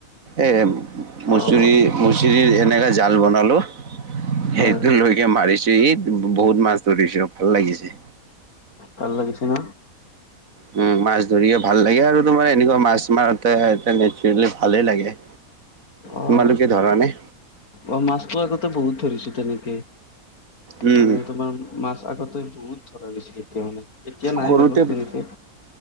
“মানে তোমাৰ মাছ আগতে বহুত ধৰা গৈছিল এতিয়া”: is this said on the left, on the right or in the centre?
Left